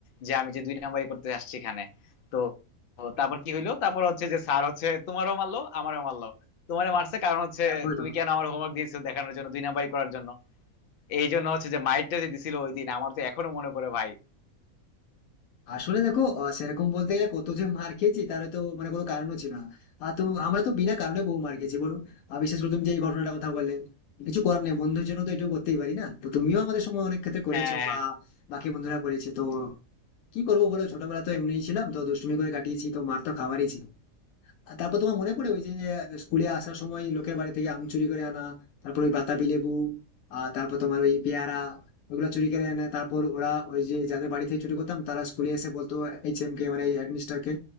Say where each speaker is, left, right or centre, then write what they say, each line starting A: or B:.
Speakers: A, on the left; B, on the left.
A: যে আমি যে দুই নাম্বারই করতে আসছি এখানে তো তো তারপর কি হইলো তারপর হচ্ছে যে স্যার হচ্ছে তোমারও মারলো আমারও মারলো তোমারে মারছে কারণ হচ্ছে
B: হ্যাঁ, বলো।
A: তুমি কেন আমার হোমওয়ার্ক দিয়েছো দেখানোর জন্য দুই নাম্বারই করার জন্য এই জন্য হচ্ছে যে মাইকটা যে দিছিল ওই দিন আমার তো এখনো মনে পড়ে ভাই
B: আসলে দেখো আহ, সেরকম বলতে গেলে কত যে মার খেয়েছি তার তো মানে কোনো কারণও ছিল না আর তো আমরা তো বিনা কারণে বহু মার খেয়েছি বলো আর বিশেষ করে তুমি যে এই ঘটনাটা কথা বললে কিছু করার নেই বন্ধুর জন্য তো এটুকু করতেই পারি না তো তুমিও আমাদের সময় অনেক ক্ষেত্রে করেছো
A: হ্যাঁ
B: বা
A: হ্যাঁ।
B: বাকি বন্ধুরা করেছে তো কি করবো বলো ছোটবেলা তো এমনিই ছিলাম তো দুষ্টুমি করে কাটিয়েছি তো মার তো খাওয়ারই ছিল আর তারপর তোমার মনে পড়ে ওই যে স্কুলে আসার সময় লোকের বাড়ি থেকে আম চুরি করে আনা তারপর ওই বাতাবি লেবু আর তারপর তোমার ওই পেয়ারা ওগুলা চুরি করে আনে তারপর ওরা ওই যে যাদের বাড়ি থেকে চুরি করতাম তারা স্কুলে এসে বলতো এইচ এম কে মানে হেডমিস্টার কে